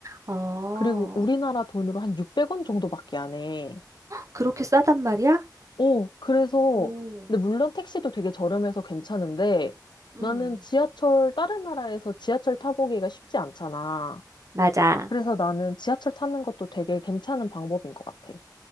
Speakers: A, on the right; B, on the left.
A: 어,
B: 그리고 우리나라 돈으로 한 600원 정도밖에 안 해.
A: 그렇게 싸단 말이야?
B: 어, 그래서,
A: 오.
B: 근데 물론 택시도 되게 저렴해서 괜찮은데,
A: 음.
B: 나는 지하철, 다른 나라에서 지하철 타보기가 쉽지 않잖아.
A: 맞아.
B: 그래서 나는 지하철 타는 것도 되게 괜찮은 방법인 것 같아.